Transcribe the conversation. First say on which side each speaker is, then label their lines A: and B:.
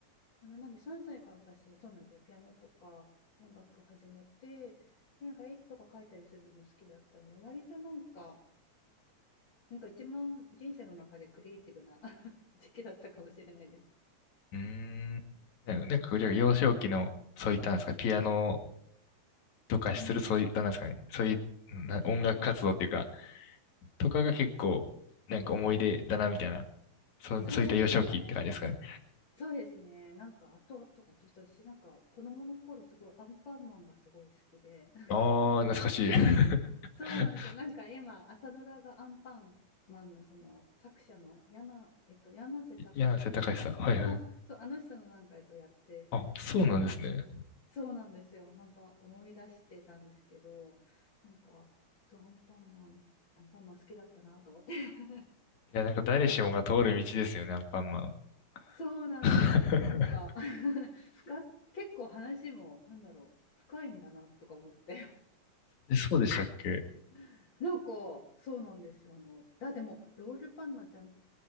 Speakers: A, on the left; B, on the left.
A: かななんで3歳から私そうなんですよピアノとか音楽始めてでなんか絵とか描いたりするのも好きだったので割となんかなんか一番人生の中でクリエイティブな <laughs> 時期だったかもしれないです。
B: うーん。ななんか、じゃあ幼少期の、そういったなんですか、ピアノとかする、
A: うん
B: そういったなんですかね、そういうな音楽活動っていうか、とかが結構、なんか思い出だな、みたいな。そう、
A: そうですね。
B: そういった幼少期って感じですかね。
A: そうですね。なんか、あと、とか、私、なんか、子供の頃、すごい、アンパンマンがすごい好きで。
B: ああ、懐かしい。
A: <laughs>
B: <laughs>
A: そうなんですよ。なんか、今、朝ドラがアンパンマンの、その、作者の、やな、えっと、柳瀬隆さんあ、
B: 柳瀬隆さん。はいはい。
A: あそう、あの人のなんか、えっと、やってるって、
B: あ、そうなんですね。
A: そうなんですよ。なんか、思い出してたんですけど、なんか、そう、アンパンマン、アンパンマン好きだったなと思って。<laughs>
B: いや、なんか誰しもが通る道ですよね、アンパンマン。
A: そうなんですよ。
B: <laughs>
A: なんか <laughs> 深、結構話も、なんだろう、深いんだなとか思って。
B: えそうでしたっけ
A: <laughs> なんか、そうなんですよ。あの、だ、でも、ロールパンナちゃんっ